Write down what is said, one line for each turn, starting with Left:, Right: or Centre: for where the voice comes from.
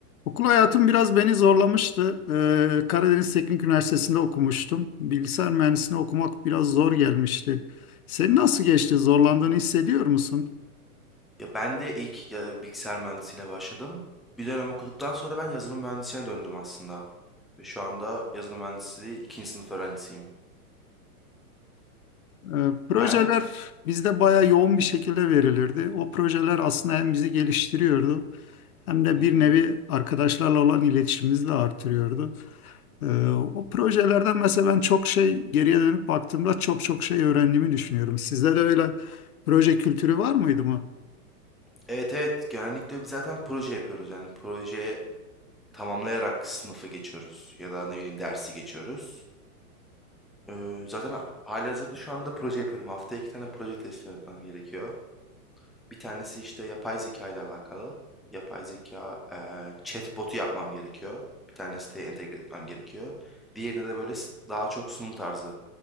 Left: Okul hayatım biraz beni zorlamıştı. Ee, Karadeniz Teknik Üniversitesi'nde okumuştum. Bilgisayar mühendisliğini okumak biraz zor gelmişti. Senin nasıl geçti? Zorlandığını hissediyor musun?
Centre: Ya ben de ilk ya, bilgisayar mühendisiyle başladım. Bir dönem okuduktan sonra ben yazılım mühendisine döndüm aslında. Ve şu anda yazılım mühendisliği ikinci sınıf öğrencisiyim.
Left: Ee, projeler
Centre: Ben
Left: bizde bayağı yoğun bir şekilde verilirdi. O projeler aslında hem bizi geliştiriyordu hem de
Centre: hı
Left: bir
Centre: hı.
Left: nevi arkadaşlarla olan iletişimimizi de artırıyordu. Ee, o projelerden mesela ben çok şey geriye dönüp baktığımda çok çok şey öğrendiğimi düşünüyorum. Sizde de öyle proje kültürü var mıydı mı?
Centre: Evet evet genellikle biz zaten proje yapıyoruz. Yani proje tamamlayarak sınıfı geçiyoruz ya da ne bileyim dersi geçiyoruz. Ee, zaten ha- halihazırda şu anda proje yapıyorum. Haftaya iki tane proje teslim etmem gerekiyor. Bir tanesi işte yapay zeka ile alakalı. Yapay zeka eee chatbot'u yapmam gerekiyor. Bir tane siteye entegre etmem gerekiyor. Diğerinde de böyle s- daha çok sunum tarzı.